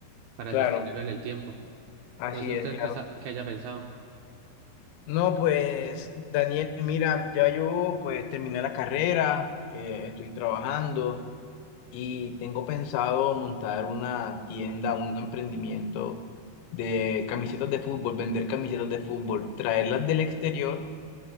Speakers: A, on the right (about 75°); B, on the left (about 75°).
A: para
B: Claro,
A: sostenerlo en el tiempo.
B: así
A: No sé usted
B: es, claro.
A: qué, sa- qué haya pensado
B: No, pues Daniel, mira, ya yo pues terminé la carrera, eh, estoy trabajando y tengo pensado montar una tienda, un emprendimiento de camisetas de fútbol, vender camisetas de fútbol, traerlas del exterior.